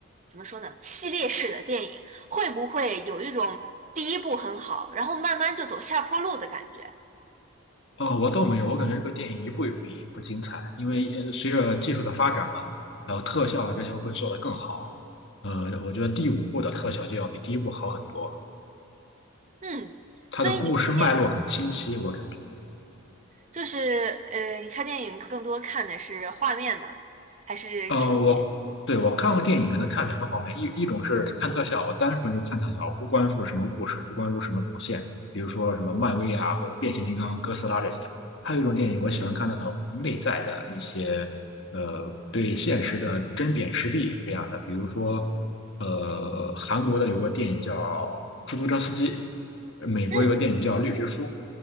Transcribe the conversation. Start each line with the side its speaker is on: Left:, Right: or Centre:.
Right: 怎么说呢？系列式的电影会不会有一种第一部很好，然后慢慢就走下坡路的感觉？
Left: 哦，我倒没有，我感觉这个电影一部也比一部精彩，因为呃随着技术的发展嘛，然后特效啊这些会做得更好。呃，我觉得第五部的特效就要比第一部好很多，
Right: 嗯，
Left: 它的故事脉络很清晰，
Right: 所以你看电影
Left: 我感觉
Right: 就是呃，你看电影更多看的是画面吗？还是情节？
Left: 呃，我对我看过电影，可能看两个方面，一一种是看特效，我单纯是看特效，不关注什么故事，不关注什么主线，比如说什么漫威啊，或者变形金刚、哥斯拉这些。还有一种电影，我喜欢看那种内在的一些，呃，对现实的针砭时弊这样的，比如说，呃，韩国的有个电影叫《出租车司机》，美国有个电影叫《绿皮书》，
Right: 嗯